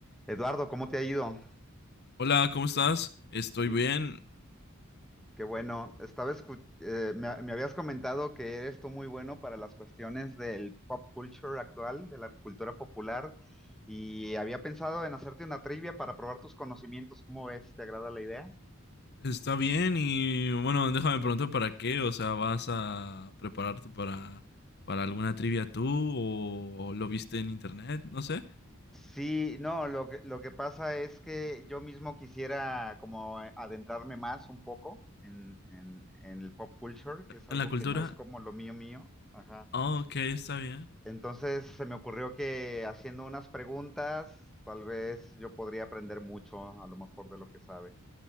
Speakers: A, in the centre; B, on the left.
A: Eduardo, ¿cómo te ha ido?
B: Hola, ¿cómo estás? Estoy
A: Y
B: bien,
A: qué bueno, estaba escu- eh, me, me habías comentado que eres tú muy bueno para las cuestiones del pop culture actual, de la cultura popular, y había pensado en hacerte una trivia para probar tus conocimientos. ¿Cómo ves? ¿Te agrada la idea?
B: está bien y bueno, déjame preguntar para qué, o sea, ¿vas a prepararte para, para alguna trivia tú o, o lo viste en internet? No sé,
A: Sí, no, lo que, lo que pasa es que yo mismo quisiera como adentrarme más un poco en, en, en el pop culture, que es algo
B: en la cultura.
A: que no es como lo mío mío. Ajá.
B: Ah, ok, está bien.
A: Entonces se me ocurrió que haciendo unas preguntas, tal vez yo podría aprender mucho, a lo mejor de lo que sabes.